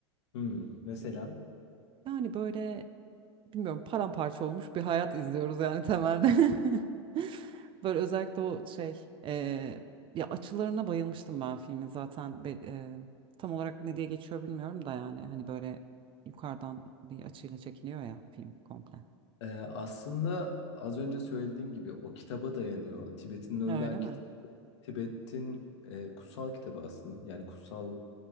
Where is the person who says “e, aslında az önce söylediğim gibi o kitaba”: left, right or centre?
Left